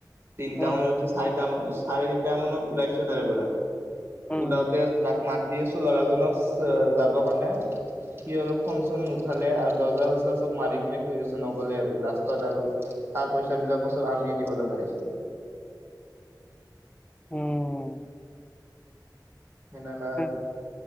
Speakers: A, on the right (about 30°); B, on the left (about 15°).
A: তিনিটা
B: উম
A: মানত চাৰিটামান-চাৰিটা মানত ওলাইছোঁ, তাৰে পৰা
B: উম
A: ওলাওঁতে তাক মাত দি আছো ল'ৰাজনক যাবৰ কাৰণে সি অলপ ফোন চোন নুঠালে আৰু দৰ্জা চজা চব মাৰি কিনে শুই আছ নগ'লে আৰু লাষ্টত আৰু তাৰ পইচাবিলাকো চব আমিয়ে দিব লগা হৈছে।
B: উম,
A: সেনেকা আৰু।
B: <unintelligible>